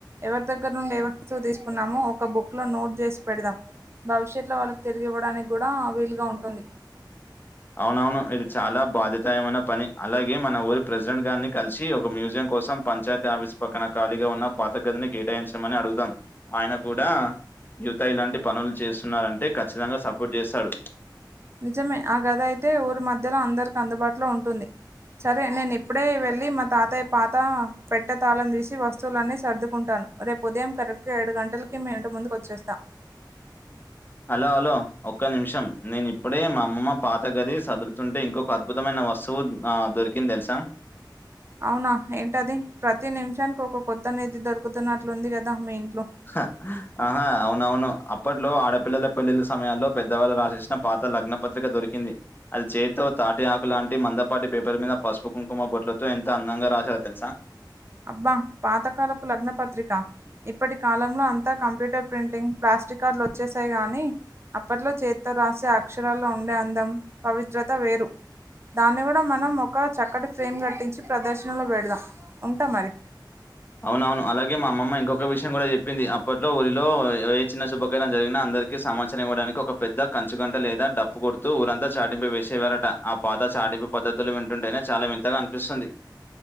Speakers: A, on the right; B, on the left.
A: ఎవరి దగ్గర నుండి ఏ వస్తువు తీసుకున్నామో ఒక బుక్ లో నోట్ చేసి పెడదాం. భవిష్యత్లో వాళ్ళకి తిరిగి ఇవ్వడానికి కూడా వీలుగా ఉంటుంది.
B: అవునవును ఇది చాలా బాధ్యతాయమైన పని అలాగే మన ఊరి ప్రెసిడెంట్ గారిని కలిసి ఒక మ్యూజియం కోసం పంచాయతీ ఆఫీసు పక్కన ఖాళీగా ఉన్న పాత గదినీ కేటాయించమని అడుగుదాం ఆయన కూడా యువత ఇలాంటి పనులు చేస్తున్నారంటే ఖచ్చితంగా సపోర్ట్ చేస్తాడు.
A: నిజమే ఆ గది అయితే ఊరి మధ్యలో అందరికి అందుబాటులో ఉంటుంది. సరే నేను ఇప్పుడే వెళ్ళి మా తాతయ్య పాత పెట్టే తాళం తీసి వస్తువులన్నీ సర్దుకుంటాను. రేపు ఉదయం కరెక్ట్ గా ఏడు గంటలకి మీ ఇంటి ముందుకు వచ్చేస్తా
B: హలో హలో ఒక్క నిమిషం నేను ఇప్పుడే మా అమ్మమ్మ పాత గది సదురుతుంటే ఇంకొక అద్భుతమైన వస్తువు ఆ దొరికింది తెలుసా?
A: అవునా ఏంటది ప్రతి నిమిషానికి ఒక కొత్త నిధి దొరుకుతున్నట్లు ఉంది కదా మీ ఇంట్లో
B: హా ఆ అవును అవును అప్ అప్పట్లో ఆడపిల్లల పెళ్లిళ్ల సమయాలో పెద్దవాళ్ళు రాసేసిన పాత లగ్నపత్రిక దొరికింది అది చేతితో తాటిఆకు లాంటి మందపాటి పేపర్ల మీద పసుపు, కుంకుమ బొట్లతో ఎంత అందంగా రాశారో తెలుసా.
A: అబ్బా పాతకాలపు లగ్న పత్రికా ఇప్పటి కాలంలో అంతా కంప్యూటర్ ప్రింటింగ్ ప్లాస్టిక్ కార్డ్లు వచ్చేసాయి గాని అప్పట్లో చేతితో రాసే అక్షరాల్లో ఉండే అందం, పవిత్రత వేరు. దాన్ని కూడా మనం ఒక చక్కటి ఫ్రేమ్ కట్టించి ప్రదర్శనలో పెడదాం. ఉంటా మరి
B: అవునవును అలాగే మా అమ్మమ్మ ఇంకొక విషయం కూడా చెప్పింది. అప్పట్లో ఊరిలో ఏ చిన్న శుభకార్య జరిగినా అ అందరికి సమాచారం ఇవ్వడానికి ఒక పెద్ద కంచుగంట లేదా డప్పు కొడుతూ ఊరంతా చాటింపే వేసేవారట ఆ పాత చాటింపు పద్ధతులు వింటుంటేయినే చాలా వింతగా అనిపిస్తుంది.